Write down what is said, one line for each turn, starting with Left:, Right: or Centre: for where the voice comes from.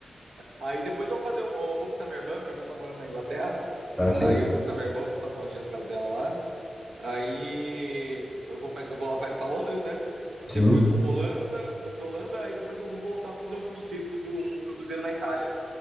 Right: Aí depois eu vou fazer um, eu vou visitar minha irmã. Minha irmã tá morando na Inglaterra.
Centre: Tá, sim
Right: Aí eu vou visitar minha irmã, vou passar uns dias na casa dela lá. Aí eu vou, pra- eu vou lá para Londres, né? E
Centre: Sim.
Right: depois eu vou Holanda, vou para Holanda. Aí depois eu vou voltar para fazer um cruzeiro, um um cruzeiro na Itália.